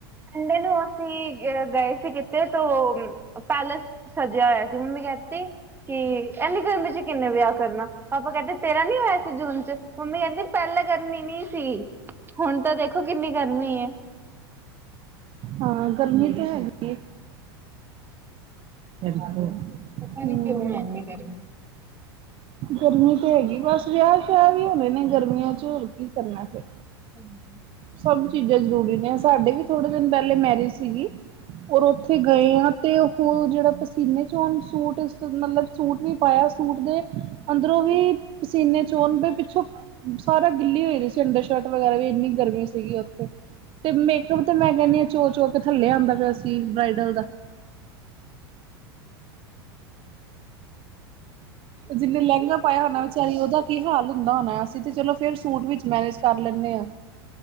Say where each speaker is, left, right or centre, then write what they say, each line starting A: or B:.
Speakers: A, on the right (about 15°); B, on the right (about 40°).
A: ਸੰਡੇ ਨੂੰ ਅਸੀਂ ਅ ਗਏ ਸੀ ਕਿਤੇ ਤੋ। ਪੈਲੇਸ ਸਜਿਆ ਹੋਇਆ ਸੀ, ਮੰਮੀ ਕਹਿਤੀ ਕਿ ਇੰਨੀ ਗਰਮੀ ਚ। ਕਿੰਨੇ ਵਿਆਹ ਕਰਨਾ ਪਾਪਾ ਕਹਿੰਦੇ ਤੇਰਾ ਨੀ ਹੋਇਆ ਸੀ ਜੂਨ ਚ, ਮੰਮੀ ਕਹਿੰਦੀ ਪਹਿਲਾਂ ਗਰਮੀ ਨੀ। ਸੀ ਹੁਣ ਤਾਂ ਦੇਖੋ ਕਿੰਨੀ ਗਰਮੀ ਹੈ।
B: ਹਾਂ ਗਰਮੀ ਤੇ ਹੈਗੀ ਏ। ਹੂੰ
A: ਪਤਾ ਨੀ ਕਿਉਂ ਹੈ ਇਨੀ ਗਰਮੀ।
B: ਗਰਮੀ ਤੇ ਹੈਗੀ ਬਸ ਵਿਆਹ-ਸਿ਼ਆਹ ਵੀ ਹੋਣੇ ਨੇ ਗਰਮੀਆਂ ਚ ਹੋਰ ਕੀ ਕਰਨਾ ਫਿਰ।
A: ਹਾਂਜੀ।
B: ਸਭ ਚੀਜ਼ਾਂ ਜ਼ਰੂਰੀ ਨੇ ਸਾਡੇ ਵੀ ਥੋੜੇ ਦਿਨ ਪਹਿਲੇ ਮੈਰਿਜ ਸੀਗੀ ਔਰ ਉੱਥੇ ਗਏ ਆ ਤੇ ਉਹ। ਉਹ ਜਿਹੜਾ ਪਸੀਨੇ ਚੋਣ ਸੂਟ ਮਤਲਬ ਸੂਟ ਵੀ ਪਾਇਆ ਸੂਟ ਦੇ। ਅੰਦਰੋਂ ਵੀ ਪਸੀਨੇ ਚੋਣ ਪਏ ਪਿੱਛੋਂ ਸਾਰਾ ਗਿੱਲੀ ਹੋਈ ਰਹੀ ਸੀ ਅੰਡਰ। ਸ਼ਰਟ ਵਗੈਰਾ ਵੀ ਇੰਨੀ ਗਰਮੀ ਸੀਗੀ ਉੱਥੇ, ਤੇ ਮੇਕਅਪ ਤੇ ਮੈਂ ਕਹਿੰਦੀ ਹਾਂ ਚੋ-ਚੋ ਕੇ ਥੱਲੇ ਆਉਂਦਾ ਸੀ ਬ੍ਰਾਈਡਲ ਦਾ। ਜਿੰਨੇ ਲਹਿੰਗਾ ਪਾਇਆ ਹੋਣਾ ਵਿਚਾਰੀ ਉਹਦਾ ਕੀ ਹਾਲ ਹੁੰਦਾ ਹੋਣਾ ਅਸੀਂ। ਤੇ ਚਲੋ ਫੇਰ ਸੂਟ ਵਿੱਚ ਮੈਨੇਜ ਕਰ ਲੈਂਦੇ ਹਾਂ,